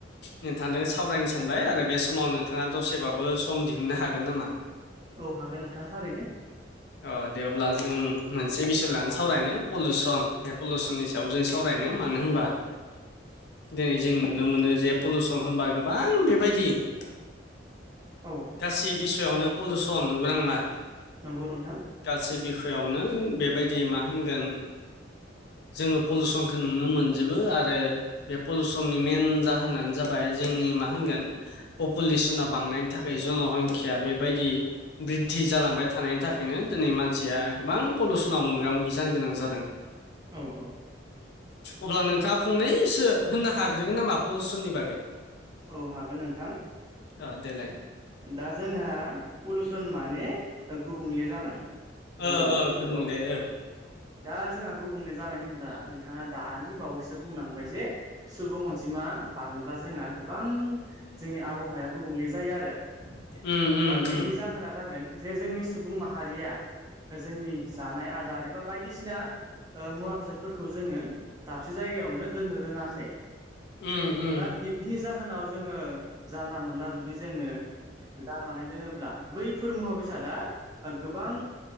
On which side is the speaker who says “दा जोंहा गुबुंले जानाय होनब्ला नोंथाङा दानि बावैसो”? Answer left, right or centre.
Right